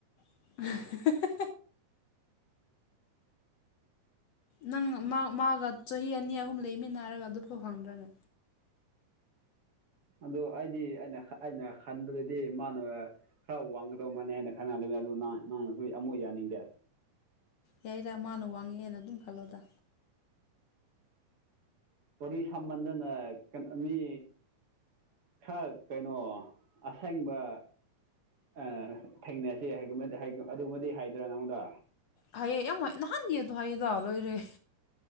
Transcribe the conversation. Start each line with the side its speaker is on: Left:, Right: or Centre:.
Left: <unintelligible> ꯅꯪ ꯃꯥ ꯃꯥꯒ ꯆꯍꯤ ꯑꯅꯤ ꯑꯍꯨꯝ ꯂꯩꯃꯤꯟꯅꯔꯒ ꯑꯗꯨꯐꯥꯎ ꯈꯪꯗ꯭ꯔꯅꯦ
Right: ꯑꯗꯣ ꯑꯩꯗꯤ ꯑꯩꯅ ꯑꯩꯅ ꯈꯟꯕꯗꯗꯤ ꯃꯥꯅ ꯈꯔ ꯋꯥꯡꯒꯗꯧ ꯃꯥꯅꯦ ꯍꯥꯏꯅ ꯈꯟꯅ ꯑꯗꯨꯅ ꯅꯪꯅꯁꯨ ꯑꯃꯨꯛ ꯌꯥꯅꯤꯡꯗꯦ
Left: ꯌꯥꯏꯗꯥ ꯃꯥꯅ ꯋꯥꯡꯉꯦ ꯍꯥꯏꯅꯥ ꯑꯗꯨꯝ ꯈꯜꯂꯣꯗ
Right: ꯋꯥꯔꯤ ꯁꯥꯃꯟꯗꯅ ꯀꯩꯅꯣ ꯃꯤ ꯈꯔ ꯀꯩꯅꯣ ꯑꯁꯦꯡꯕ ꯑ ꯊꯦꯡꯅꯁꯤ ꯑꯗꯨꯃꯗꯤ ꯍꯥꯏꯗꯣꯏꯔꯥ ꯅꯪꯉꯣꯟꯗ
Left: ꯍꯥꯏꯌꯦ ꯌꯥꯝ ꯍꯣꯏ ꯅꯍꯥꯟꯒꯤꯗꯣ ꯍꯥꯏꯌꯦꯗ ꯂꯣꯏꯔꯦ